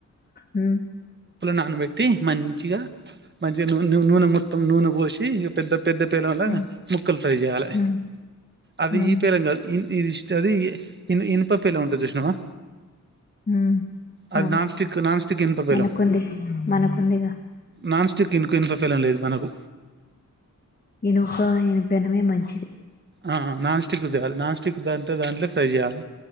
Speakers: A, on the left; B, on the right.
A: ఉమ్,
B: నానబెట్టి తీ మంచిగా మంచిగా నూనె మొత్తం నూనె పోసి ఇక పెద్ద పెద్ద పెనంల
A: ఉమ్,
B: ముక్కలు ఫ్రై చేయాలి
A: ఉమ్,
B: అది
A: ఉమ్,
B: ఈ పేలం కాదు ఇ ఇది ఇష్ట అది ఇది ఇనుప పెనం ఉంటది చూసినావా
A: ఉమ్.
B: అది
A: ఆ,
B: నాన్స్టిక్ నాన్స్టిక్ ఇనుప పేలం
A: మనకుంది మనకుందిగా
B: నాన్ స్టిక్ ఇంకో ఇనప పేలం లేదు మనకు
A: ఇనుప ఇనుప పేనమే మంచిది
B: ఆ నాన్ స్టిక్ తేయాలి నాన్ స్టిక్ దంటే దాంట్లో ఫ్రై చేయాలి